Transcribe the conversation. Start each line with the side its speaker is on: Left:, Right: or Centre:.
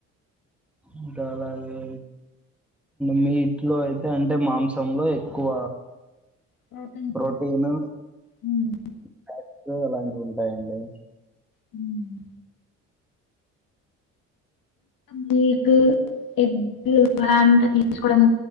Centre: ఇంకా అలా అంటే మీ ఇట్లో అయితే అంటే మాంసంలో ఎక్కువ
Left: ప్రోటీన్
Centre: ప్రోటీన్
Left: హ్మ్
Centre: ఫ్యాట్స్ అలాంటివి ఉంటాయండి
Left: హ్మ్ మల్క్ ఎగ్ ఆది అంతా తీసుకోవడం